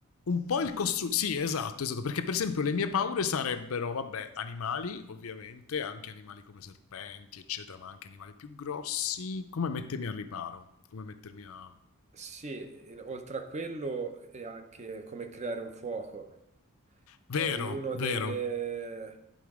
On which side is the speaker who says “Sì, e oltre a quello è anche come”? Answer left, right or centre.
Right